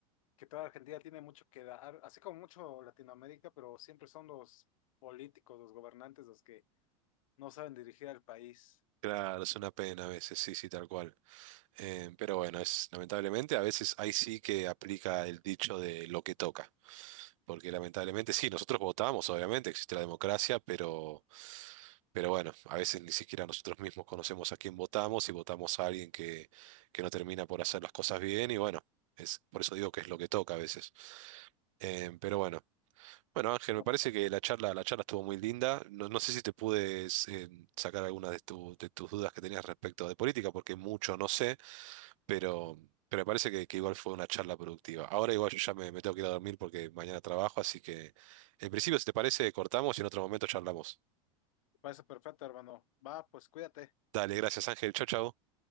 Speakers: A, on the left; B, on the right.
A: que toda Argentina tiene mucho que dar, así como mucho Latinoamérica, pero siempre son los políticos, los gobernantes, los que no saben dirigir al país.
B: claro, es una pena a veces, sí, sí, tal cual. Eh, pero bueno, es lamentablemente a veces ahí sí que aplica el dicho de lo que toca, porque lamentablemente sí, nosotros votamos, obviamente existe la democracia, pero, pero bueno, a veces ni siquiera nosotros mismos conocemos a quién votamos y votamos a alguien que, que no termina por hacer las cosas bien y bueno, es, por eso digo que es lo que toca a veces. Eh, pero bueno, bueno Ángel,
A: Bueno,
B: me parece
A: pues,
B: que la charla, la charla estuvo muy linda, no, no sé si te pude eh, sacar algunas de, tu- de tus dudas que tenías respecto de política, porque mucho no sé. Pero, pero me parece que, que igual fue una charla productiva. Ahora igual yo ya me, me tengo que ir a dormir porque mañana trabajo, así que en principio, si te parece, cortamos y en otro momento charlamos.
A: me parece perfecto, hermano. Va, pues cuídate.
B: Dale, gracias Ángel. Chau, chau.